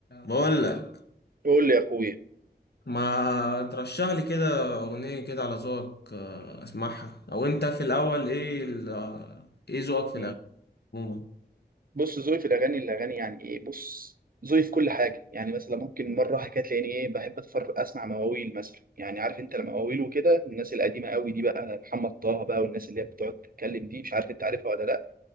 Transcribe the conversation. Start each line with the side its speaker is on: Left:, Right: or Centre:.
Left: بقول لك
Right: قول لي يا اخويا
Left: ما ترشح لي كده اغنيه كده على ذوقك آه، اسمعها او انت في الاول ايه ال- آه، ايه ذوقك في
Right: مم.
Left: الاغاني عموما
Right: بص ذوقي في الاغاني الاغاني يعني ايه بص ذوقي في كل حاجه يعني مثلا ممكن مره حكايه تلاقيني ايه بحب اتفرج اسمع مواويل مثلا يعني عارف انت المواويل وكده الناس القديمه قوي دي بقى محمد طه بقى والناس اللي هي بتقعد تتكلم دي مش عارف انت عارفها ولا لا